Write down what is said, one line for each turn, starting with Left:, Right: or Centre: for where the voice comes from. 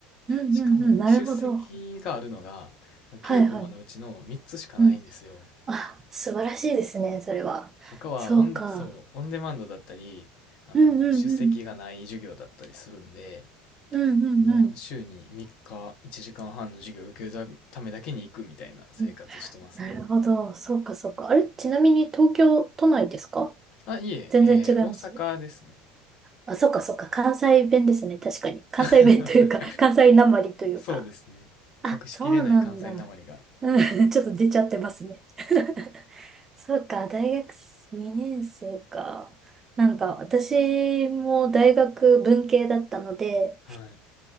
Right: うんうんうん。
Left: しかも、
Right: なるほど。
Left: 出席があるのが、その9コマのうちの3つしかないんですよ。
Right: はいはい。うんあ、素晴らしいですね、それは。
Left: 他はオン、
Right: そうか。
Left: そう、オンデマンドだったり、あの、
Right: うんうんうん。
Left: 出席がない授業だったりするんで、
Right: うんうんうん。
Left: もう週に3日1時間半の授業を受けるためだけに行くみたいな生活してますね。
Right: うんなるほど。そうか、そうか。あれちなみに東京都内ですか
Left: あ、いえ、
Right: 全然違います。
Left: えー大阪ですね。
Right: あ、そうか、そうか。関西弁ですね。確かに。関西弁というか、
Left: <laughs>
Right: <laughs> 関西なまりというか。
Left: そうですね。
Right: あ、
Left: 隠しきれない関西なまりが。
Right: そうなんだ。うん、<laughs> ちょっと出ちゃってますね。<laughs> そうか、大学2年生か。なんか、私も大学文系だったので、
Left: はい。